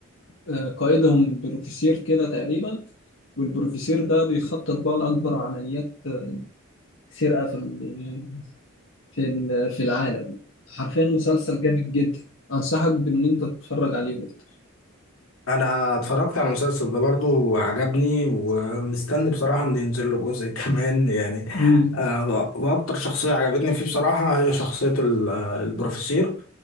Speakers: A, on the left; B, on the left.
A: آه، قائدهم بروفيسير كده تقريبا والبروفيسير ده بيخطط بقى لأكبر عمليات آه، سرقة في ال... في ال... في العالم حرفيا مسلسل جامد جدا أنصحك بإن أنت تتفرج عليه برضه
B: انا اتفرجت على المسلسل ده برضو وعجبني ومستني بصراحة ان ينزل له جزء <laughs> كمان يعني
A: مم.
B: آه، واكتر شخصية عجبتني فيه بصراحة هي شخصية ال- آه، البروفيسور